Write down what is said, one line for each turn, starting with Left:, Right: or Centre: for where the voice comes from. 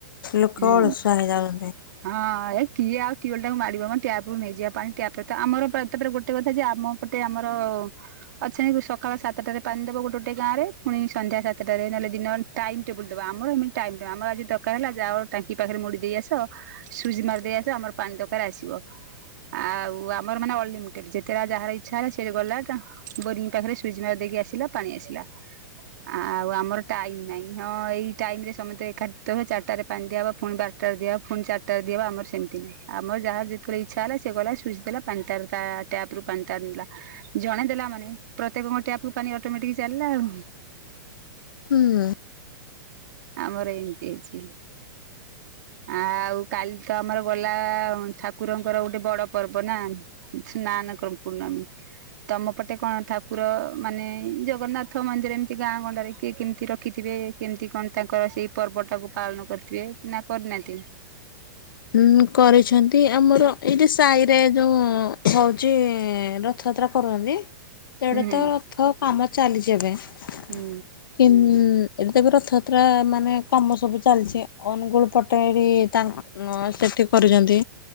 Left: ଲୋକ
Right: ହୁଁ
Left: ଅଳସୁଆ ହେଇଯାଉନ୍ତି।
Right: ହଁ ଏ କିଏ ଆଉ ଟିଅଲ୍ ଟାକୁ ମାଡି଼ବ ମ ଆମ ଟ୍ୟପ୍ ରୁ ନେଇଯିବା ପାଣି ଟ୍ୟାପ୍ ରେ ତ ଆମର ପ୍ରାୟ ତ ଫେରେ ଗୋଟେ କଥା ଯେ ଆମ ପଟେ ଆମର ଅଛନ୍ତି ସକାଳ ସାତଟାରେ ପାଣିଦବ ଗୋଟେ ଗୋଟେ ଗାଁରେ ଫୁଣି ସନ୍ଧ୍ୟା ସାତଟାରେ ନହେଲେ ଦିନ ଟାଇମ୍ ଟେବୁଲ୍ ଦବା ଆମର ହେମିତି ଟାଇମ୍ ଟେ ଆମର ଆଜି ଦରକାର ହେଲା ଆଜ୍ ଯାଅ ଟାଙ୍କି ପାଖେରେ ମୋଡ଼ି ଦେଇ ଆସ ସୁଇଜ୍ ମାରି ଦେଇ ଆସ ଆମର ପାଣି ଦକାରେ ଆସିବ। ଆଉ ଆମର ମାନେ ଅଲିମିଟେଡ୍ ଯେତେରା ଯାହାର ଇଚ୍ଛା ହେଲା ସିଏ ଗଲା ଟା ବୋରିଂ ପାଖରେ ସୁଇଜ୍ ମାରି ଦେଇକି ଆସିଲା ପାଣି ଆସିଲା। ଆଉ ଆମର ଟାଇମ୍ ନାଇଁ ହଁ ଏଇ ଟାଇମ୍ ରେ ସମତେ ଏଖାଟି ତ ହେବେ ଚାରିଟାରେ ପାଣିି ଦିଆହବ ପୁଣି ବାରଟାରେ ଦିଆହବ ଫୁଣି ଚାରିଟାରେ ଦିଆହବ ଆମର ସେମତି ନାଇଁ ଆମର ଯାହାର ଯେତୋଳେ ଇଚ୍ଛା ହେଲା ସିଏ ଗଲା ସୁଇଜ୍ ଦେଲା ପାଣି ତାର ତା ଟ୍ୟାପ୍ ରୁ ପାଣି ତାର ନେଲା। ଜଣେ ଦେଲା ମାନେ ପ୍ରତ୍ୟେକଙ୍କ ଟ୍ୟାପ୍ ରୁ ପାଣି ଅଟୋମେଟିକ୍ ଚାଲିଲା ଆଉ।
Left: ହୁଁ।
Right: ଆମର ଏମତି ହେଇଚି। ଆଉ କାଲି ତ ଆମର ଗଲା ଅଁ ଥା କୁରଙ୍କର ଗୋଟେ ବଡ଼ ପର୍ବ ନା ସ୍ନାନକ ପୂର୍ଣ୍ଣମୀ। ତମ ପଟେ କଣ ଠାକୁର ମାନେ ଜଗନ୍ନାଥ ମନ୍ଦିର ଏମିତି ଗାଁ ଗଣ୍ଡାରେ କିଏ କେମିତି ରଖିଥିବେ। କେମତି କଣ ତାଙ୍କର ସେଇ ପର୍ବଟାକୁ ପାଳନ କରିଥିବେ ନାଁ କରିନାହାନ୍ତି?
Left: ଉଁ ହୁଏ କରିଛନ୍ତି ଆମର ଏଇଠି ସାଇରେ ଯୋଉ ହଉଛି ର ଥଯାତ୍ରା କରୁଅନ୍ତି। ଏଡ଼େ
Right: ହୁଁ ହୁଁ
Left: ତ ରଥ କାମ ଚାଲିଚି ଏବେ କିଁ
Right: ହୁଁ
Left: ଏଠି ତ ଏବେ ରଥଆତ୍ରା ମାନେ କାମ ସବୁ ଚାଲଚି ଅନୁଗୁଳ ପଟେ ବି ତାଁ ନୂଆ ସେଠି କରୁଚନ୍ତି